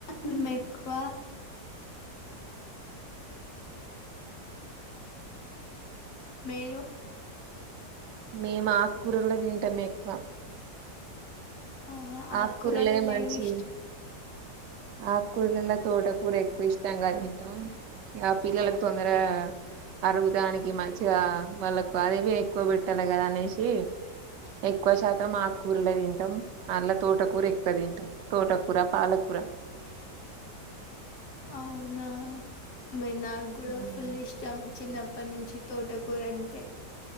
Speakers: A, on the left (about 65°); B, on the right (about 80°).
A: మేము ఎక్కువ మీరు
B: మేము ఆకుకూరలు కూడా తింటాం ఎక్కువ
A: ఆహా ఆకురాలల్లా
B: ఆకుకూరలే మంచివి
A: ఎమ్ ఇష్టం
B: ఆకుకూరలలో తోటకూర ఎక్కువ ఇష్టం గా తింటాం ఇగా పిల్లలకు తొందరగా అరుగడానికి మంచిగా వాళ్ళకు అవి ఎక్కువ పెడుతం కదా అనేసి ఎక్కువ శాతం ఆకుకూరలే తింటాం అన్లా తోటకూర ఎక్కువ తింటం తోటకూర పాలకూర
A: అవునా అమ్మాయి నాకు కూడా
B: ఉమ్.
A: ఫుల్ ఇష్టం చిన్నప్పటి నుంచి తోటకూర అంటే